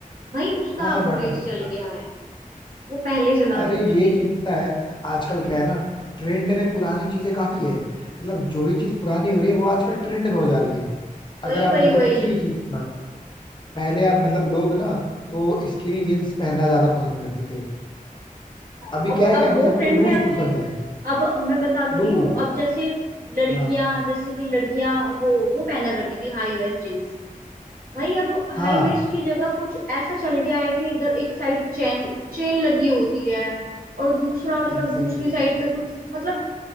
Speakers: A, on the right (about 80°); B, on the left (about 30°).
A: भाई उसका
B: हाँ हाँ
A: अब
B: बॉटम
A: क्रेज
B: कट
A: चल गया है वो पहले चला
B: अरे
A: करती
B: ये
A: थी जींसेस
B: चीज पता है आजकल क्या है ना ट्रेंड में पुरानी चीजें काफी है मतलब जो ही चीज पुरानी हो रही है वो आजकल ट्रेंड में हो जा रही है अगर
A: वही
B: आप
A: वही
B: देखो
A: वही
B: किसी भी चीज की बात करो पहले आप मतलब लोग ना वो स्किनी जीन्स पहनना ज्यादा पसंद करते थे
A: हाँ,
B: अभी
A: अब
B: क्या है
A: अब
B: कि अभी
A: वो
B: सबको
A: ट्रेंड
B: लूज
A: में आ गया
B: पसंद
A: है
B: है
A: अब मैं बता तो
B: लूज
A: रही हूँ अब जैसे लड़कियां
B: हाँ
A: जैसे कि लड़कियां वो वो पहना करती थी हाई वेस्ट जींस भाई अब
B: हाँ
A: हाई वेस्ट की जगह कुछ ऐसा चल गया है कि इधर एक साइड चेन चेन लगी होती है और दूसरा मतलब
B: एग्जैक्टली
A: दूसरी साइड पे कुछ मतलब